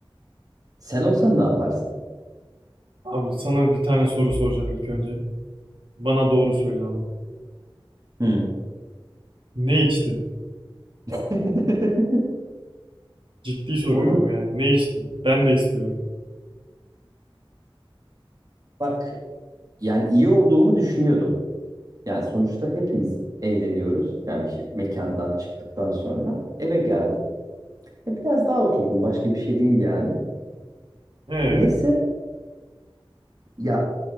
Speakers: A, on the right (about 40°); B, on the right (about 65°).
A: Sen olsan ne yaparsın?
B: Abi sana bir tane soru soracağım ilk önce. Bana doğru söyle ama.
A: Hı.
B: Ne içtin?
A: <laughs>
B: Ciddi soruyorum
A: Onu
B: yani ne içtin? Ben de istiyorum.
A: bak yani iyi olduğumu düşünüyordum. Yani sonuçta hepimiz eğleniyoruz. Yani şimdi mekandan çıktıktan sonra eve geldim. E, biraz daha oturdum. Başka bir şey değil yani.
B: Ee,
A: Neyse Ya